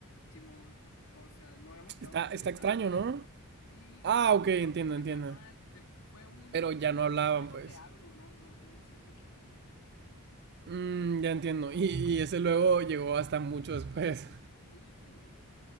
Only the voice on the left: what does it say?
Simón, o sea, no habíamos quedado
como
que tan
mal.
Sí,
es que no habíamos
quedado como que
tan mal. Se, fue un...
lo-
luego
te hablo, no, no, no me siento chido. güey.
Sí, sí,